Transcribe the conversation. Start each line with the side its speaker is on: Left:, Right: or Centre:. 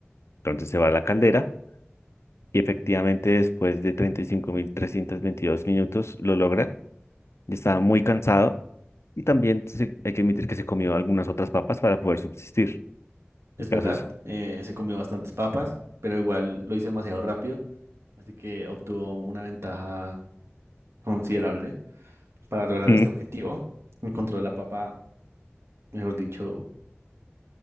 Left: Entonces se va a la caldera y efectivamente después de 35.322 minutos lo logra. Ya estaba muy cansado. Y también se- hay que admitir que se comió algunas otras papas para poder subsistir.
Right: Es
Left: El caso
Right: verdad,
Left: es
Right: eh, se comió bastantes papas, pero igual lo hizo demasiado rápido, así que obtuvo una ventaja considerable para lograr
Left: Ujú,
Right: este objetivo. Encontró la papa Mejor dicho,